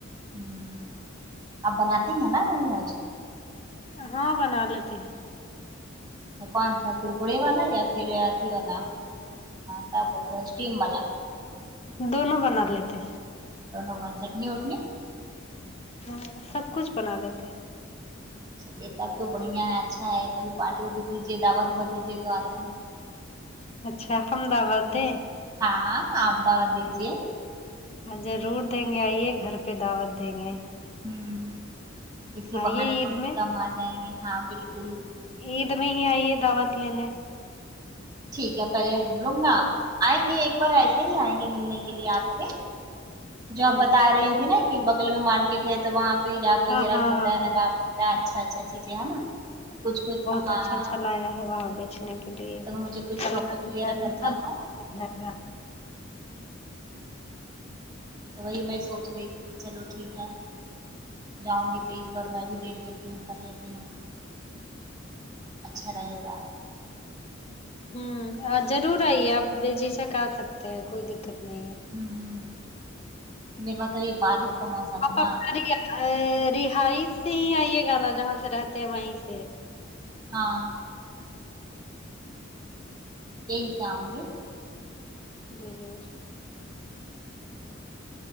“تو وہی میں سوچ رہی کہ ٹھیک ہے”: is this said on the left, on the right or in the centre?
Right